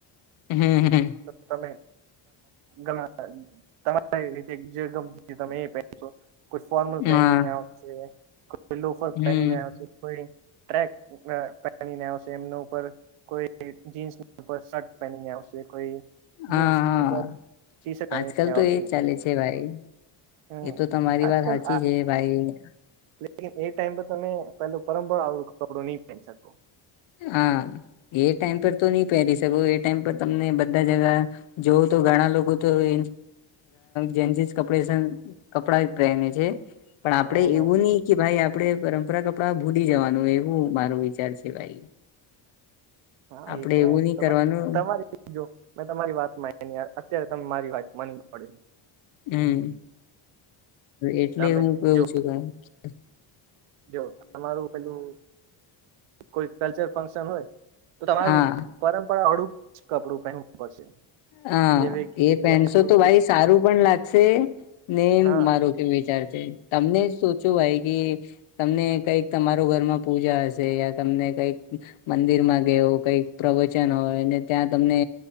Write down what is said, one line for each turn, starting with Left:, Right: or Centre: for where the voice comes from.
Left: હું હું.
Right: તોતમે. ઘણા તમારી રીતે જે ગમતી તમે એ પહેરશો. કોઈ ફોર્મલ
Left: હા
Right: પહેરીને આવશે. કોઈ લોફર
Left: હમ
Right: પહેરીને આવશે. કોઈ ટ્રેક પહેરીને આવશે. એમના ઉપર કોઈ... જીન્સના ઉપર શર્ટ પહેરીને આવશે. કોઈ...
Left: હં હં હા
Right: જીન્સ ઉપર ટી શર્ટ પહેરીને
Left: આજકાલ તો
Right: આવશે
Left: એજ ચાલે છે. ભાઈ
Right: હમ
Left: એ તો તમારી
Right: આજકાલ
Left: વાત સાચી છે. ભાઈ
Right: લેકિન એ ટાઈમ પર તમે એ પહેલું પરંપરાગત કપડું નહીં પહેરી શકો.
Left: હા, એ ટાઈમ પર તો નઈ પહેરી શકો. એ ટાઈમ પર તમને બધા જગા જોવ તો ઘણા લોકો તો એ જેનઝી કપડા છે. ને કપડા જ પહેરે છે. પણ આપડે
Right: હમ હમ
Left: એવું નહીં કે ભાઈ આપડે પરંપરાગત કપડા ભૂલી જવાનું. એવો મારો વિચાર છે. ભાઈ..
Right: હા,
Left: આપડે
Right: એ તો
Left: એવું નહી કરવાનું
Right: તમારી જો મેં તમારી વાત માયની. અત્યારે તમારે મારી વાત માનવી પડે.
Left: હ.. મ. એટલે
Right: તમે
Left: હું કવું
Right: જો
Left: છું. કંઈક
Right: જો તમારું પેલું કોઈ કલ્ચરલ ફંક્શન હોય. તો તમારું
Left: હા
Right: પરંપરા અડુક કપડું પહેન પડશે.
Left: હા
Right: જેવી કે
Left: એ પેન્ટસો
Right: આપડું
Left: તો ભાઈ સારું પણ લાગશે ને
Right: હા
Left: મારો વિચાર જે તમને સોચુ ભાઈ કે, તમને કંઈક તમારા ઘરમાં પૂજા હશે યા તમને કંઈક. મંદિરમાં કે એવું કંઈક પ્રવચન હોય ને ત્યાં તમને.....